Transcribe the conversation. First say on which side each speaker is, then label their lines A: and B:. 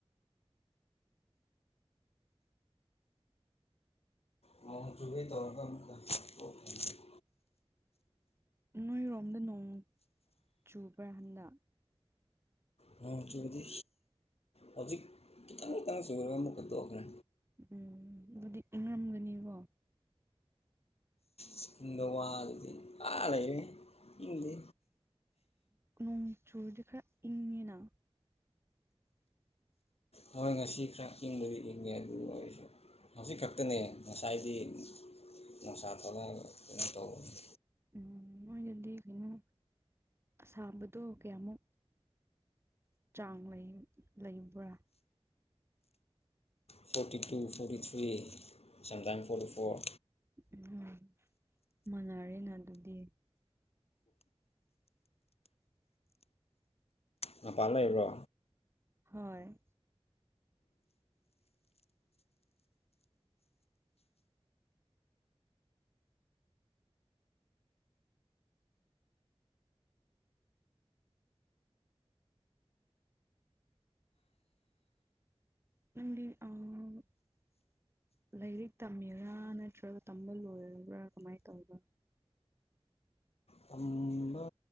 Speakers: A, on the left (about 75°); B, on the right (about 25°).
A: ꯅꯣꯡ ꯆꯨꯒꯦ ꯇꯧꯔꯒ ꯑꯃꯨꯛꯀ <unintelligible>
B: ꯅꯣꯏꯔꯣꯝꯗ ꯅꯣꯡ ꯆꯨꯕ꯭ꯔꯥ ꯍꯟꯗꯛ
A: ꯅꯣꯡ ꯆꯨꯗꯦ ꯍꯧꯖꯤꯛ ꯈꯤꯇꯪ ꯈꯤꯇꯪ ꯆꯨꯔꯒ ꯑꯃꯨꯛꯀ ꯇꯣꯛꯈ꯭ꯔꯦ
B: ꯎꯝ ꯑꯗꯨꯗꯤ ꯏꯪꯔꯝꯒꯅꯤꯀꯣ
A: ꯁꯤꯗ ꯋꯥ ꯂꯩꯔꯦ ꯑꯥ ꯂꯩꯔꯦ ꯢꯪꯗꯦ
B: ꯅꯣꯡ ꯆꯨꯔꯗꯤ ꯈꯔ ꯏꯪꯉꯤꯅ
A: ꯍꯣꯏ ꯉꯁꯤ ꯈꯔ ꯏꯪꯕꯗꯤ ꯏꯪꯉꯦ ꯑꯗꯨ ꯑꯣꯏꯔꯁꯨ ꯍꯧꯖꯤꯛ ꯈꯛꯇꯅꯦ ꯉꯁꯥꯏꯗꯤ ꯅꯨꯡꯁꯥ ꯊꯣꯛꯂꯛꯒ ꯀꯩꯅꯣ ꯇꯧꯕꯅꯤ
B: ꯎꯝ ꯅꯣꯏꯗꯗꯤ ꯀꯩꯅꯣ ꯁꯥꯕꯗꯣ ꯀꯌꯥꯃꯨꯛ ꯆꯥꯡ ꯂꯩ ꯂꯩꯕ꯭ꯔꯥ
A: forty two forty three sometime forty four
B: um ꯃꯅꯔꯦꯅ ꯑꯗꯨꯗꯤ
A: ꯃꯄꯥꯟ ꯂꯩꯕ꯭ꯔꯣ
B: ꯍꯣꯏ ꯅꯪꯗꯤ ꯑꯥ ꯂꯥꯏꯔꯤꯛ ꯇꯝꯃꯤꯔꯥ ꯅꯠꯇ꯭ꯔꯒ ꯇꯝꯕ ꯂꯣꯏꯔꯕ꯭ꯔꯥ ꯀꯃꯥꯏꯅ ꯇꯧꯕ
A: ꯇꯝꯕ